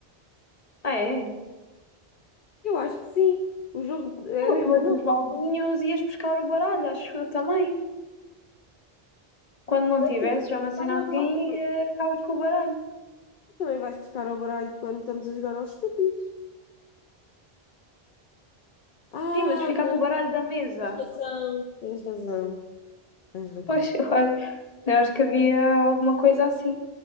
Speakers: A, on the left (about 40°); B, on the left (about 60°).
A: Ah, é?
B: Eu acho que sim. O jogo é mesmo.
A: Mas
B: Não,
A: os baldinhos ias buscar o baralho, acho eu também. Quando não
B: também
A: tivesse já uma cena
B: vai ao
A: assim,
B: balde-
A: eh, ficavas com o baralho.
B: também vais buscar ao baralho quando estamos a jogar ao estúpido. Ah,
A: Sim, mas ficar
B: não,
A: com o baralho da mesa.
B: tens razão. Tens razão. Tens razão.
A: Pois, <laughs> eu acho, eu acho que havia alguma coisa assim.